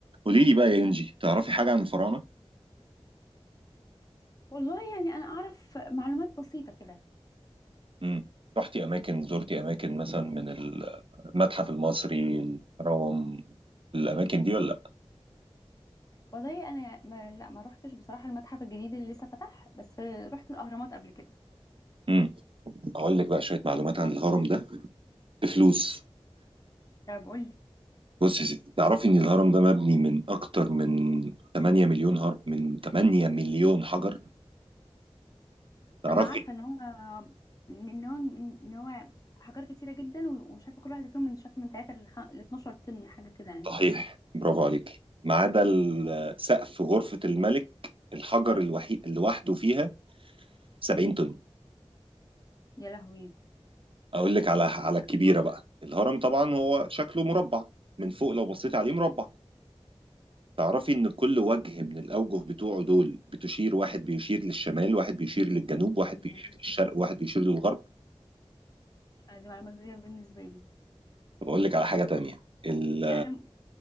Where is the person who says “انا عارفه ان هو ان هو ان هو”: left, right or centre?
Left